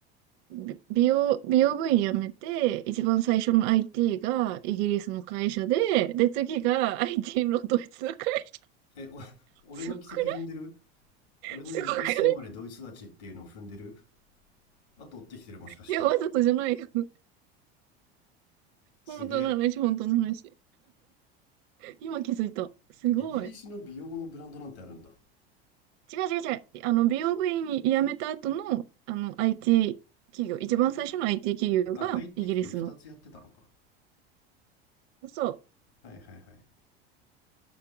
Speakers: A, on the right; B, on the left.
A: び美容、美容部員辞めて、一番最初の IT がイギリスの会社で、で、次が IT のドイツの会社。
B: え、お、
A: <laughs>
B: 俺の軌跡踏んでる
A: すごくない
B: 俺のイギリス生まれドイツ育ちっていうのを踏んでる
A: すごくない
B: 後追ってきてるもしかして。
A: いや、わざとじゃないよ。
B: すげえ。
A: 本当の話、本当の話。今気づいた。すごい。
B: てイギリスの美容のブランドなんてあるんだ。
A: 違う違う違う。あの、美容部に辞めた後の、あの、IT 企業、一番最初の IT 企業がイギリスの。
B: あ、IT 企業2つやってたのか。
A: そう。
B: はいはいはい。